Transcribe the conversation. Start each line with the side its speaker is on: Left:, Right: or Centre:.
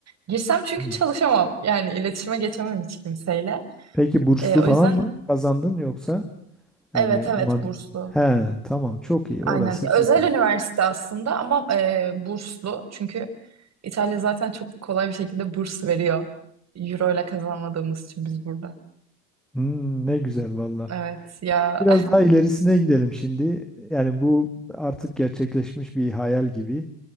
Right: Girsem çünkü
Centre: Hmm.
Right: çalışamam. Yani iletişime geçemem hiç kimseyle.
Centre: Peki burslu
Right: Ee, o
Centre: falan
Right: yüzden
Centre: mı kazandın yoksa
Right: evet
Centre: yani
Right: evet
Centre: mad-
Right: burslu.
Centre: he tamam çok iyi
Right: Aynen.
Centre: orası çok
Right: Özel
Centre: iyi.
Right: üniversite aslında ama e, burslu. Çünkü İtalya zaten çok kolay bir şekilde burs veriyor. Euro ile kazanmadığımız için biz burada.
Centre: Hmm, ne güzel valla.
Right: Evet ya.
Centre: Biraz daha ilerisine gidelim şimdi. Yani bu artık gerçekleşmiş bir hayal gibi.